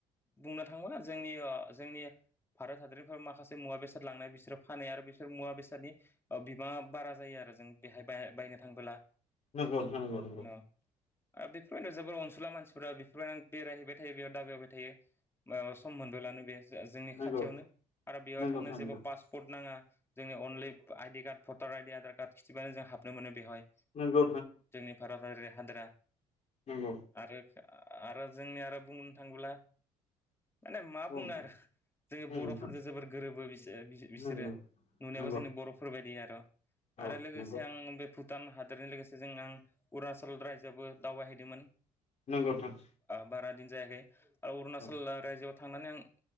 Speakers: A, on the left (about 15°); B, on the left (about 50°).
A: बुंनो थाङोब्ला जोंनि जोंनि भारत हादरनिफ्राय माखासे मुवा बेसाद लांनाय बिसोरो फानो आरो बिसोर मुवा बेसादनि बिबाङा बारा जायो आरो जों बेहाय बायनो थांबोला
B: नगौ नोंथां नंगौ नंगौ
A: न' ओ बेफोरबायदियाव जोबोर अनसुला मानसिफोरा बेफोरबायदि आं बेरायहैबाय थायो बेयाव दावाबायहाय थायो ओ सम मोनदोलानो बे जोंनि
B: नंगौ
A: खाथियावनो आरो बेयाव
B: नंगौ
A: थांनो
B: नोंथां
A: जेबो
B: नंगौ
A: पासपर्ट नाङा जोंनि अनलि आइडि कार्ड भटार आइडि आधार कारड खिथिबानो जों हाबनो मोनो बेहाय
B: नंगौ
A: जोंनि भारत हारिया हादोरा
B: नंगौ
A: आरो आरो जोंनि आरो बुंनो थाङोब्ला माने मा
B: नोंथां
A: बुङो आरो जोंनि
B: नंगौ
A: बर'फोरजों जोबोर गोरोबो बिसोर बिसोरो
B: नंगौ
A: नुनायावो
B: नोंथां नंगौ
A: जोंनि बर' फोरबायदि आरो
B: औ
A: आरो लोगोसे
B: नोंथां उम नोंथां नंगौ नोंथां नंगौ औ नंगौ
A: आं बे भुटान हादरनि लोगोसे जों आं अरुनाचल फुथुल रायजोआवबो दावबायहैदोंमोन
B: नंगौ नोंथां
A: बारा दिन जायाखै। अरुणाचल
B: औ
A: रायजोआव थांनानै आं